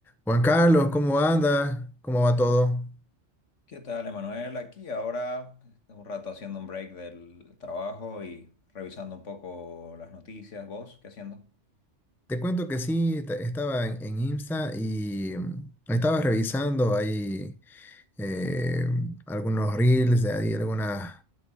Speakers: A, in the centre; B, on the left (about 80°).
A: Juan Carlos, ¿cómo anda? ¿Cómo va todo?
B: ¿Qué tal, Emanuel? Aquí ahora un rato haciendo un break del trabajo y revisando un poco las noticias. ¿Vos qué haciendo?
A: Te cuento que sí, ta- estaba en, en Insta y mm, estaba revisando ahí eh, algunos reels de ahí, algunas